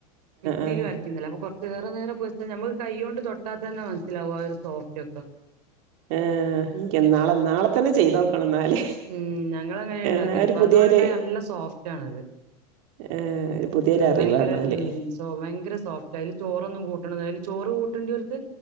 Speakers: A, on the right; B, on the right.
A: മിക്സിലുവരയ്ക്കുന്നല്ലേ
B: ആഹ്
A: അപ്പോ കൊറ ചേറെ നേരം പോയിചാ നമ്മുക്ക് കൈ കൊണ്ട് തൊട്ടാത്തന്നെ മനസ്സിലാവും ആ ഒരു സോഫ്റ്റ് ഒക്കെ
B: ആ എനിക്ക്‌ നാളെ നാളെ തന്നെ ചെയ്തോക്ക ണം എന്നാല്
A: ഉം ഞങ്ങളങ്ങനെ ഉണ്ടാക്കല്
B: നാ ഒരു
A: ഇപ്പൊ
B: പുതിയൊരു
A: അതുകൊണ്ടുണ്ടായ നല്ല സോഫ്റ്റ് ആണത്
B: ആഹ് ഒരു പുതിയൊരു
A: ഉം
B: അറിവാന്നാല്
A: ഭയങ്കര ഉം സോ ഭയങ്കര സോഫ്റ്റാ അതില് ചോറൊന്നും കൂട്ടണ ചോറ് കൂട്ടണ്ടിതിലക്ക്?